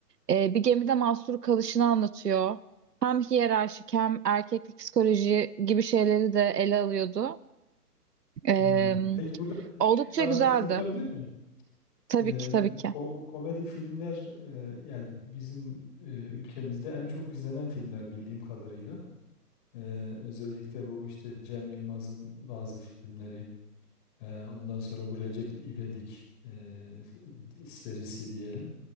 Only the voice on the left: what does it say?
Hmm. Peki burada
küçük bir parantez
açabilir miyim?
Ee,
bu
ko- komedi filmler e, yani bizim e, ülkemizde en çok izlenen filmler bildiğim kadarıyla. Ee, özellikle bu işte Cem Yılmaz'ın bazı filmleri. Ee, ondan sonra bu Recep İvedik e, f- serisi diyelim.